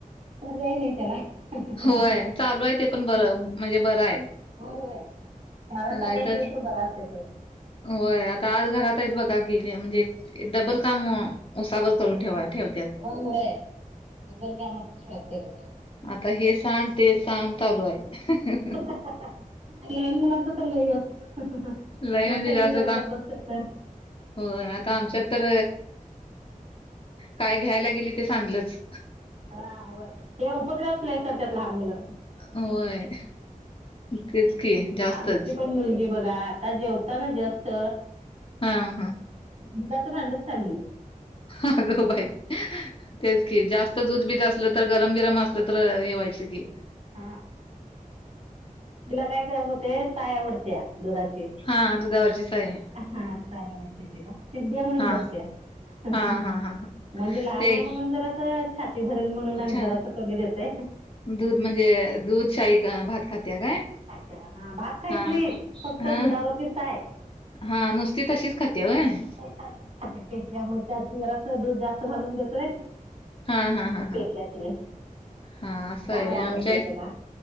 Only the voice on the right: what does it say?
पर्याय नाही त्याला. होय
बर आहे मला
चालू असले तर बरा असतय ते.
होय
होय डबल काम प्रत्येक.
लहान मुलाच तर लय अस
मोठ्यानी
जरा
गप बसल तर.
हा होय हे उपद्वाप लय करतात लहान मुलं.
आमची पण मुलगी बघा आता जेवतांना जस्ट
दुधाचं भांडच सांडलं.
हा तिला काय काय होते साय आवडत्या दुधाची.
हा काय आवडते तिला सध्या म्हणून
बसते.
म्हणजे
लहान
आहे म्हणून जर असं छाती भरेल म्हणून
आ जरा असं कमी देतोय
अच्छा हा भात खाईत
नाही फक्त
दुधावरची साय.
<unintelligible> दूध जात. घालून देतोय
म
पित्या
ते.
साय
आवडते
तिला.